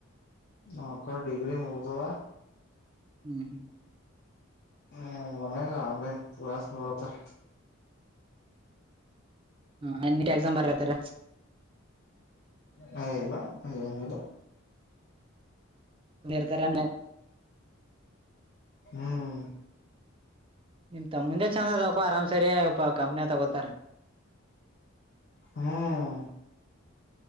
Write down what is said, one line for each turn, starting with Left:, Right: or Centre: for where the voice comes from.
Left: ಅಕ್ಕ ಡಿಗ್ರಿ ಮುಗಿದು
Right: ಹ್ಮ್ ಹ್ಮ್
Left: ಹ್ಮ್ ಮನಾಗ ಆನ್ಲೈನ್ ಕ್ಲಾಸ್ ನೋಡ್ತಾರ
Right: ಹ ಅ ಎಕ್ಸಾಮ್ ಬರಲತರ
Left: ಹ ಇಲ್ಲ ಏನಿಲ್ಲ
Right: ನೀರ್ತರ
Left: ಹ್ಮ್
Right: ನಿಮ್ ತ ಮುಂದೆ ಚೆಂದದಕೋ ಆರಾಮ್ ಸರಿ ಕಂಪ್ನಿ ತಗೋತಾರ
Left: ಹ್ಮ್